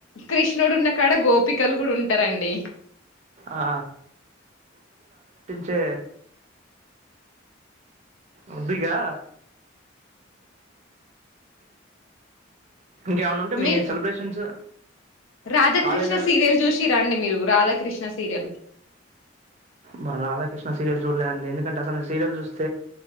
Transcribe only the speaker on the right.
ఆ! తే వద్దు ఇగా ఇంకేమన్నుంటే మీ
సెలబ్రేషన్స్
కాలేజీలల్ల
బరా <inaudible> కృష్ణ సీరియల్ చూడలే అండి ఎందు టే అంటే అసలు సీరియల్ చూస్